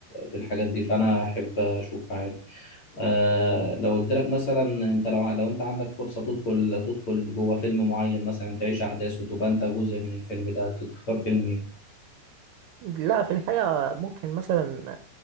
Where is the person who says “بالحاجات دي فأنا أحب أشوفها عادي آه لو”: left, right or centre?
Left